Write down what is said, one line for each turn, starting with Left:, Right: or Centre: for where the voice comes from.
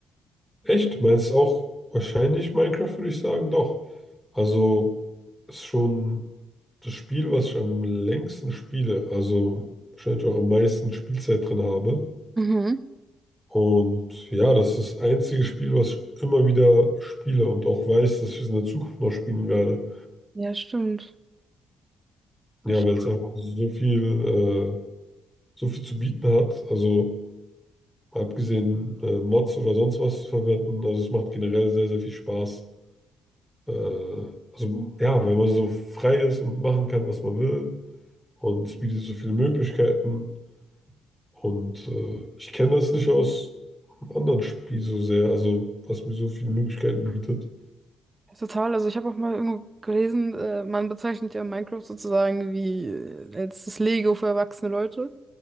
Centre: Echt? Meinst du auch wahrscheinlich Minecraft, würde ich sagen? Doch. Also ist schon das Spiel, was ich am längsten spiele. Also wahrscheinlich auch am meisten Spielzeit drin habe.
Right: Mhm.
Centre: Und ja, das ist das einzige Spiel, was ich immer wieder spiele und auch weiß, dass ich es in der Zukunft noch spielen werde.
Right: Ja, stimmt.
Centre: Ja,
Right: Das stimmt
Centre: weil es einfach so viel, äh, so viel zu bieten hat. Also abgesehen äh, Mods oder sonst was verwenden. Also es macht generell sehr, sehr viel Spaß. Äh, also ja, weil man so frei ist und machen kann, was man will. Und es bietet so viele Möglichkeiten. Und äh, ich kenne das nicht aus einem anderen Spiel so sehr, also was mir so viele Möglichkeiten bietet.
Right: Total. Also ich habe auch mal irgendwo gelesen, äh, man bezeichnet ja Minecraft sozusagen wie äh, als das Lego für erwachsene Leute.